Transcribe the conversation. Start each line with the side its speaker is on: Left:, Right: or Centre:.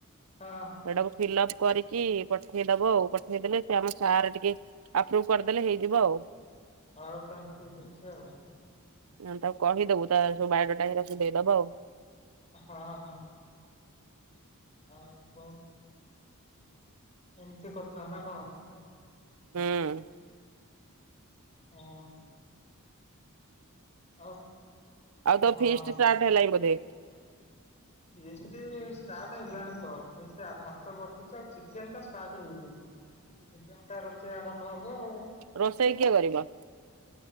Left: ହଁ
Right: ହେଟାକୁ ଫିଲପ। କରିକି ପଠେଇଦବ ଆଉ ପଠେଇଦେଲେ ସେ ଆମ ସାର୍ ଟିକେ ଆପୃଭ କରିଦେଲେ ହେଇଯିବ ଆଉ।
Left: ହଉ ତାହେଲେ ଠିକ ଅଛି ଆଉ।
Right: ହ ତାକୁ କହିଦବୁ ତା ସବୁ ଵୟୋଡ଼ାଟା ହେରା ସବୁ ଦେଇଦବ ଆଉ।
Left: ହଁ ହଁ। ଅହୋ। ଏମିତି କଥା ନା କଣ।
Right: ହୁଁ ଏଇଆ
Left: ହଁ ଆଉ।
Right: ଆଉ ତୋ
Left: ହଁ
Right: ଫିଷ୍ଟ ଷ୍ଟାଟ ହେଲାଣିି ବୋଧେ।
Left: ଫିଷ୍ଟ ଷ୍ଟା ଷ୍ଟାଟ ହେଲାଣି ତ ସେ ଭାତ ବସିଛି ଆଉ ଚିକେନ ଟାଷ୍ଟାଟ ହେଇନି। ଚିକେନଟା ରୋଷେଇ ଆରମ୍ଭ ହବ ଆଉ।
Right: ରୋଷେଇ କିଏ କରିବ।